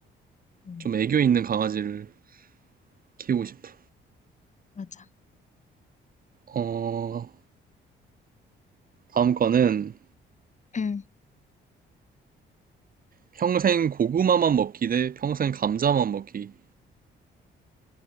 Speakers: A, on the left; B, on the right.
A: 음,
B: 좀 애교 있는 강아지를 키우고 싶어.
A: 맞아.
B: 어, 다음 거는
A: 음.
B: 평생 고구마만 먹기 대 평생 감자만 먹기.